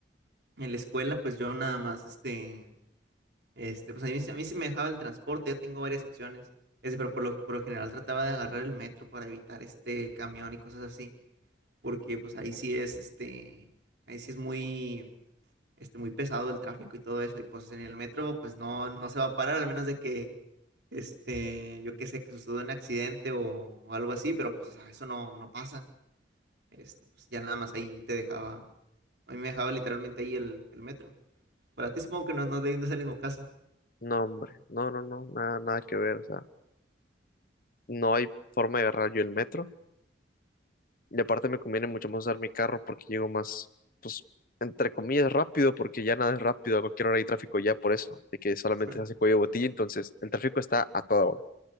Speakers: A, on the right; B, on the left.
A: en la escuela, pues yo nada más, este, este, pues a mí, sí- a mí sí me dejaba el transporte, yo tengo varias opciones. Ese, pero por lo, por lo general trataba de agarrar el metro para evitar este camión y cosas así. Porque pues ahí sí es, este, ahí sí es muy este, muy pesado el tráfico y todo eso, y pues en el metro, pues no, no se va a parar, al menos de que, este, yo qué sé, que suceda un accidente o, o algo así, pero pues o sea, eso no, no pasa, este, pues ya nada más ahí te dejaba, a mí me dejaba literalmente ahí el, el metro. Para ti supongo que no, no, no es el mismo caso.
B: No, hombre, no, no, no, nada, nada que ver, o sea, no hay forma de agarrar yo el metro Y aparte me conviene mucho más usar mi carro porque llego más, pues, entre comillas, rápido, porque ya nada es rápido, a cualquier hora hay tráfico ya por eso, de que solamente
A: <laughs>
B: se hace cuello de botella, entonces el tráfico está a toda hora,